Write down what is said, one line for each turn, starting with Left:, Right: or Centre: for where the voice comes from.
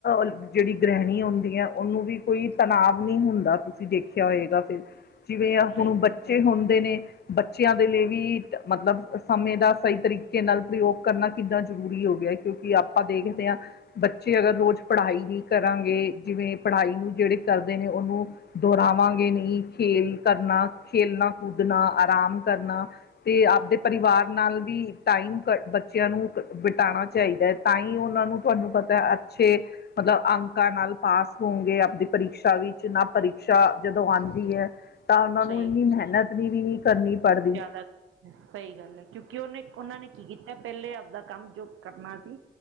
Left: ਜਿਹੜੀ ਗ੍ਰਹਿਣੀ ਆਉਂਦੀ ਐ ਉਹਨੂੰ ਵੀ ਕੋਈ ਤਣਾਵ ਨਹੀਂ ਹੁੰਦਾ ਤੁਸੀਂ ਦੇ ਦੇਖਿਆ ਹੋਏਗਾ ਫੇਰ, ਜਿਵੇਂ
Right: ਸਹੀ
Left: ਹੁਣ ਬੱਚੇ ਹੁੰਦੇ ਨੇ ਬੱਚਿਆਂ ਦੇ ਲਈ ਵੀ ਮਤਲਬ ਸਮੇਂ ਦਾ ਸਹੀ ਤਰੀਕੇ ਨਾਲ ਪ੍ਰਯੋਗ ਕਰਨਾ ਕਿੱਦਾ ਜ਼ਰੂਰੀ ਹੋ ਗਿਆ ਕਿਉਂਕਿ ਆਪਾਂ ਦੇਖਦੇ ਆ ਬੱਚੇ ਅਗਰ ਰੋਜ਼ ਪੜ੍ਹਾਈ ਨੀ ਕਰਾਂਗੇ ਜਿਵੇਂ ਪੜ੍ਹਾਈ ਨੂੰ ਜੇੜੇ ਕਰਦੇ ਨੇ ਉਨੂੰ ਦੁਹਰਾਵਾਂਗੇ ਨਹੀਂ ਖੇਲ ਕਰਨਾ, ਖੇਲਣਾ ਕੂਦਣਾ, ਆਰਾਮ ਕਰਨਾ ਤੇ ਆਪਦੇ ਪਰਿਵਾਰ ਨਾਲ ਵੀ ਟਾਈਮ ਬ ਬੱਚਿਆਂ ਨੂੰ ਬਿਟਾਣਾ ਚਾਹੀਦੈ। ਤਾਂ ਹੀ ਉਨਾਂ ਨੂੰ ਥੁਹਾਨੂੰ ਪਤਾ ਅੱਛੇ ਮਤਲਬ ਅੰਕਾਂ ਨਾਲ ਪਾਸ ਹੋੋਂਗੇ, ਆਪਦੀ ਪ੍ਰੀਕਸ਼ਾ ਵਿੱਚ ਨਾ ਪ੍ਰੀਕਸ਼ਾ ਜਦੋਂ ਆਂਦੀ ਏ ਤਾਂ ਉਨਾਂ ਨੂੰ
Right: ਸਹੀ
Left: ਇੰਨੀ ਮਹਨਤ ਨੀ ਵੀ ਕਰਨੀ ਪੜਦੀ।
Right: <unintelligible> ਸਹੀ ਗੱਲ ਏ ਕਿਉਂਕਿ ਉਨੇ ਉਨਾਂ ਨੇ ਕੀ ਕੀਤਾ ਪਹਿਲੇ ਆਪਦਾ ਕੰਮ ਜੋ ਕਰਨਾ ਸੀ